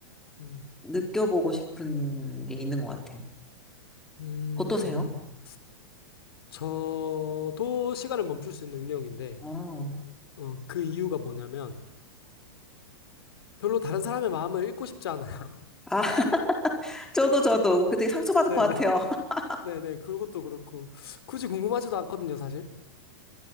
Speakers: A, on the left; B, in the centre.
A: 음,
B: 느껴보고 싶은 게 있는 것 같아요.
A: 음.
B: 어떠세요?
A: 저도 시간을 멈출 수 있는 능력인데,
B: 아,
A: 어, 그 이유가 뭐냐면, 별로 다른 사람의 마음을 읽고 싶지 않아요. <laughs>
B: 아, <laughs> 저도 저도 그때 상처받을
A: 네네,
B: 것 같아요. <laughs>
A: 네네. 그것도 그렇고, 굳이 궁금하지도 않거든요, 사실.